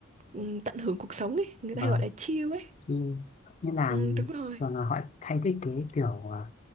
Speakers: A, on the right; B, on the left.
A: ừm, tận hưởng cuộc sống ấy người
B: và
A: ta hay gọi là chill ấy
B: khi như là
A: Ừm, đúng rồi
B: thường là họ thay thiết kế kiểu à,